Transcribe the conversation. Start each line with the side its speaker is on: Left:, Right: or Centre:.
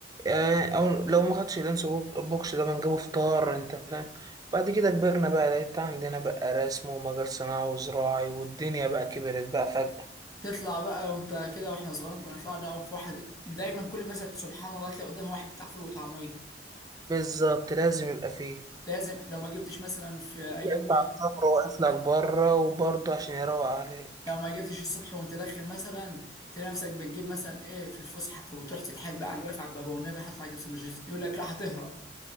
Right: آه، او لو ما خدش اللانس بوك- بوكس ده بنجيبه فطار انت فاهم بعد كده كبرنا بقى لقيت عندنا بقى رسم ومجال صناعي وزراعي والدنيا بقى كبرت بقى فجأة
Left: تطلع بقى وانت كده واحنا صغيرين كنا نطلع ده في واحد دايما كل مثلا سبحان الله تلاقي قدامها واحد بتاع فول وطعميه
Right: بالظبط لازم يبقى فيه
Left: لازم لو ما جبتش مثلا في
Right: وتلاقي
Left: ايام
Right: بتاع الطابور واقف لك بره وبرضه عشان يروق عليك
Left: لو ما جبتش الصبح وانت داخل مثلا تلاقي نفسك بتجيب مثلا ايه في الفسحه طب وتروح تتحايل بقى على اللي واقف على الباب والنبي هطلع اجيب سندوتشات يقول لك لا هتهرب